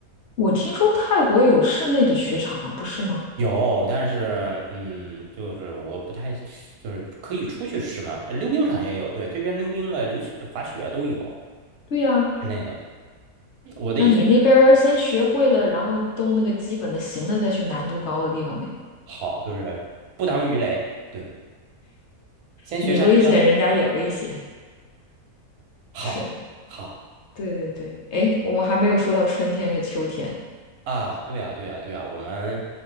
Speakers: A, on the left; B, on the right.
A: 我听说泰国有室内的雪场啊，不是吗？
B: 有，但是嗯，就是我不太，就是可以出去吃嘛。呃溜冰场也有，对，这边溜冰的、溜雪、滑雪啊都有
A: 对呀，
B: 室内的。我的意思是，
A: 那你那边儿先学会了，然后都那个基本的行了，再去难度高的地方呗。
B: 好，就是不当鱼雷，对，先学刹车，
A: 你危险，人家也危险。
B: 好，
A: 是，
B: 好
A: 对对对。哎，我们还没有说到春天和秋天。
B: 啊，对啊，对啊，对啊。我们